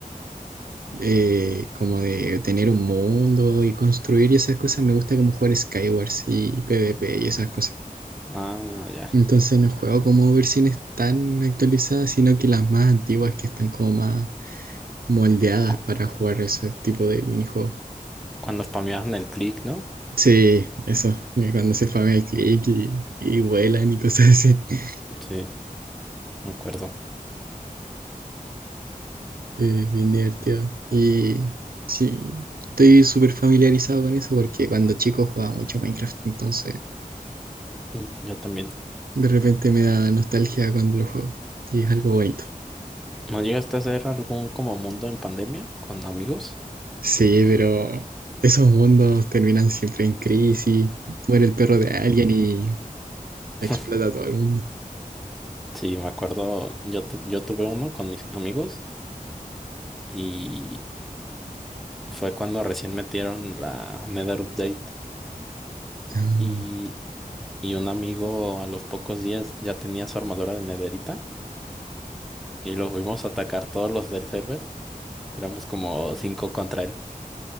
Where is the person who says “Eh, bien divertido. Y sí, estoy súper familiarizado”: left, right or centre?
Right